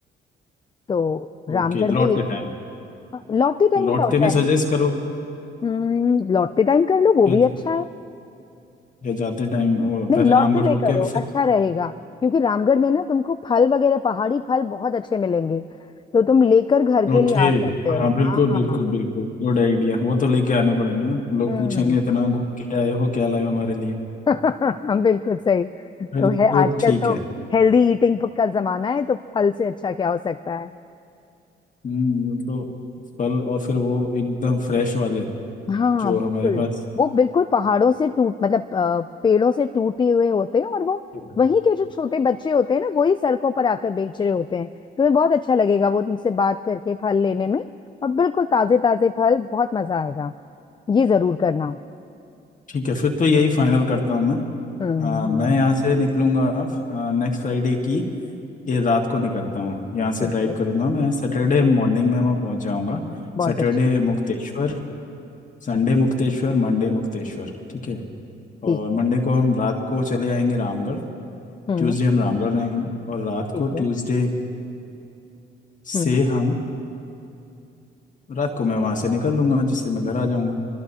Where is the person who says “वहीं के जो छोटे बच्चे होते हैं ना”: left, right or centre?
Left